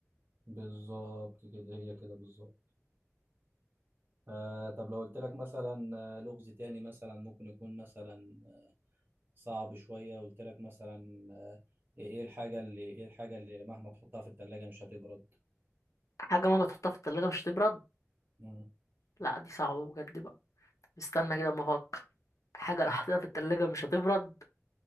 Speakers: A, on the right (about 40°); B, on the left (about 80°).
A: بالظبط كده هي كده بالظبط آه طب لو قلت لك مثلا آه، لغز تاني مثلا ممكن يكون مثلا صعب شوية قلت لك مثلا آه، ايه الحاجة اللي ايه الحاجة اللي مهما تحطها في التلاجة مش هتبرد
B: حاجة مهما تحطها في التلاجة مش هتبرد
A: مم.
B: لا دي صعبة بجد بقى استنى كده أما أفكر حاجة لو حطيتها في التلاجة مش هتبرد